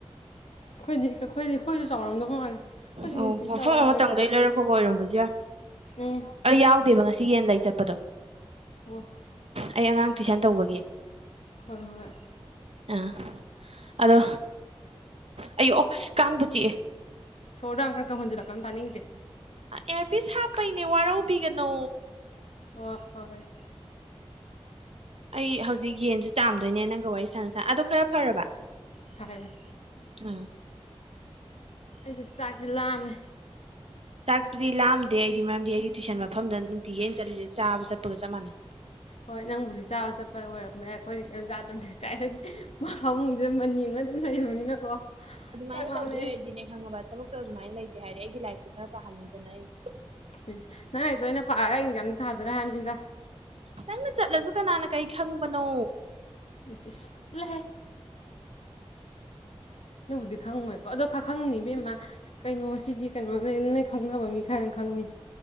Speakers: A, on the left; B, on the right.
A: ꯑꯩꯈꯣꯏꯗꯤ ꯑꯩꯈꯣꯏ ꯑꯩꯈꯣꯏꯁꯨ ꯆꯥꯎꯔꯝꯗꯧ ꯃꯥꯜꯂꯦ ꯑꯩꯈꯣꯏꯁꯨ
B: ꯑꯧ
A: ꯌ‌ꯦꯟ ꯄꯤꯁ
B: ꯃꯐꯝ
A: ꯆꯥꯎꯕ ꯃꯥꯜꯂꯦꯀꯣ
B: ꯑꯃꯇꯪꯗꯩ ꯂꯩꯔꯛꯄꯒ ꯑꯣꯏꯔꯝꯕꯁꯨ ꯌꯥꯏ
A: ꯎꯝ
B: ꯑꯩ ꯌꯥꯎꯗꯦꯕ ꯉꯁꯤ ꯌꯦꯟ ꯂꯩ ꯆꯠꯄꯗꯣ
A: ꯑꯣ
B: ꯑꯩ ꯑꯉꯥꯡ ꯇꯨꯏꯁꯟ ꯇꯧꯕꯒꯤ
A: ꯍꯣꯏ ꯍꯣꯏ
B: ꯑ ꯑꯗꯣ ꯑꯩꯌ‌ꯣ ꯀꯥꯡꯕꯨ ꯆꯤꯛꯑꯦ
A: ꯁ‌ꯣꯔꯗ‌ꯣ ꯌꯥꯝ ꯀꯟ ꯀꯟ ꯍ‌ꯣꯖꯟꯂꯛ ꯀꯅ‌ꯣ ꯇꯥꯅꯤꯡꯗꯦ
B: ꯏꯌꯥꯔꯄꯤꯁ ꯍꯥꯞꯄꯩꯅꯦ ꯋꯥꯔꯧꯕꯤꯒꯅꯣ
A: ꯍꯣꯏ ꯍꯣꯏ
B: ꯑꯩ ꯍꯧꯖꯤꯛ ꯌꯦꯟꯁꯨ ꯆꯥꯝꯗꯣꯏꯅꯦ ꯅꯪꯒ ꯋꯥꯔꯤ ꯁꯅ ꯁꯥꯥꯟ ꯑꯗꯣ ꯈꯔ ꯐꯔꯕ
A: ꯐꯔ‌ꯦ
B: <unintelligible>
A: ꯑꯩꯁꯦ ꯆꯥꯛꯁꯦ ꯂꯥꯝꯃꯦ
B: ꯆꯥꯛꯇꯨꯗꯤ ꯂꯥꯝꯗꯦ ꯑꯩꯗꯤ ꯃꯔꯝꯗꯤ ꯑꯩꯗꯤ ꯇꯨꯏꯁꯟ ꯃꯐꯝꯗ ꯅꯨꯡꯇꯤꯒꯤ ꯑꯩꯅ ꯆꯠꯂꯤꯖ‌ꯦ ꯆꯥꯕ ꯆꯠꯄꯒ ꯆꯞ ꯃꯥꯟꯅꯩ
A: ꯍꯣꯏ ꯅꯪꯕꯨꯗꯤ ꯆꯥꯕ ꯆꯠꯄ ꯑꯣꯏꯔꯝꯕ ꯌꯥꯏ ꯑꯩꯈꯣꯏꯗꯤ ꯀꯩꯌꯝ ꯆꯥꯗꯕꯩ ꯉꯁꯥꯏꯗꯩ ꯐꯃꯨꯡꯖꯤꯗ ꯃꯟ ꯌꯨꯡꯉ ꯑꯗꯨꯝ ꯂꯩꯕꯅꯤꯅꯀꯣ
B: ꯑꯗꯨꯃꯥꯏꯅ
A: ꯆꯥꯛ ꯂꯥꯝꯃꯦ
B: ꯇꯧꯗꯣꯏ ꯑꯣꯏꯔꯗꯤꯅꯦ ꯈꯪꯉꯕ ꯊꯕꯛꯇꯣ ꯑꯗꯨꯃꯥꯏ ꯂꯩꯇꯦ ꯍꯥꯏꯔꯗꯤ ꯑꯩꯒꯤ ꯂꯥꯏꯔꯤꯛ ꯁ‌ꯦ ꯈꯔ ꯄꯥꯍꯟꯅꯤꯗꯅ ꯑꯩꯅ
A: ꯏꯁ ꯅꯪ ꯂꯥꯏꯔꯤꯛ ꯇ‌ꯣ ꯑꯩꯅ ꯄꯥꯔꯒ ꯑꯩ ꯑ‌ꯦꯛꯖꯥꯝ ꯊꯥꯗ‌ꯣꯏꯔꯥ ꯍꯥꯏꯕꯅꯤꯗ
B: ꯅꯪꯅ ꯆꯠꯂꯆꯨ ꯀꯅꯥꯅ ꯀꯩ ꯈꯪꯕꯅꯣ
A: ꯏꯁ ꯏꯁ ꯆꯠꯂꯍꯦ ꯅꯕꯨꯗꯤ ꯈꯪꯉꯣꯏꯀꯣ ꯑꯗꯣ ꯈ ꯈꯪꯅꯤ ꯏꯕꯦꯝꯃ ꯀꯩꯅꯣꯁꯤꯗꯤ ꯀꯩꯅꯣ ꯅ <unintelligible> ꯈꯪꯅꯕ ꯃꯤ ꯈꯪ ꯈ‌ꯪꯅꯤ